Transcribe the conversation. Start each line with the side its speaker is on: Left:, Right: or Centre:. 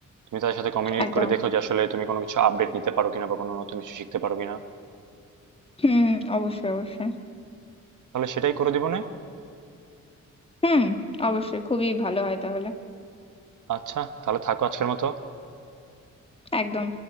Right: তুমি তাদের সাথে কমিউনিকেট
Left: একদম
Right: করে দেখো যে আসলে তুমি কোনো কিছু আপডেট নিতে পারো কিনা বা কোনো নতুন কিছু শিখতে পারো কিনা
Left: হুম অবশ্যই অবশ্যই
Right: তাহলে সেটাই করে দিব না
Left: হুম অবশ্যই খুবই ভালো হয় তাহলে
Right: আচ্ছা তাহলে থাকো আজকের মতো
Left: একদম